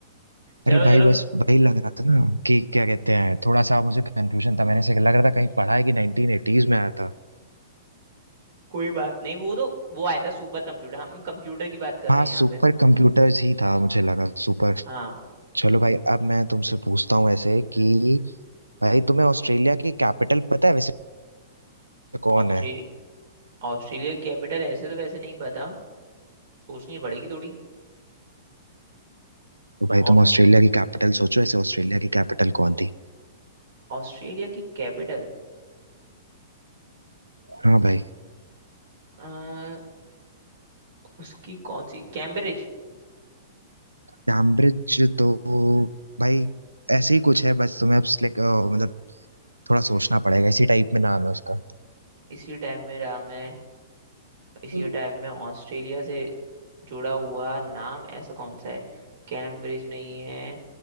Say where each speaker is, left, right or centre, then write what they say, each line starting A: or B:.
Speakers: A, on the right (about 55°); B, on the right (about 80°).
A: चलो
B: अरे भाई
A: चलो
B: बस वही लग रहा था ना कि क्या कहते हैं थोड़ा सा मुझे कंफ्यूजन था मैंने से लग रहा था कहीं पढ़ा है कि नाइनटीन एटीज में आया था
A: कोई बात नहीं वो तो वो आया था सुपर कंप्यूटर हम कंप्यूटर की बात कर
B: हाँ
A: रहे हैं
B: सुपर
A: यहाँ पे
B: कंप्यूटर्स ही था मुझे लगा सुपर
A: हाँ
B: चलो भाई अब मैं तुमसे पूछता हूँ ऐसे कि भाई तुम्हें ऑस्ट्रेलिया की कैपिटल पता है वैसे कौन
A: ऑस्ट्रेलिया
B: है
A: ऑस्ट्रेलिया कैपिटल ऐसे तो वैसे नहीं पता सोचनी पड़ेगी थोड़ी
B: तो भाई
A: ऑस-
B: तुम ऑस्ट्रेलिया की कैपिटल सोचो ऐसे ऑस्ट्रेलिया की कैपिटल कौन थी
A: ऑस्ट्रेलिया की कैपिटल
B: हाँ भाई
A: अ, उसकी कौन सी कैम्ब्रिज
B: कैम्ब्रिज तो भाई ऐसे ही कुछ है बस तुम्हें अब select- अ, मतलब थोड़ा सोचना पड़ेगा इसी टाइप में नाम है उसका
A: इसी टाइप में रहा मैं इसी
B: हम्म,
A: टाइप में ऑस्ट्रेलिया से जुड़ा हुआ नाम ऐसा कौन सा है कैम्ब्रिज नहीं है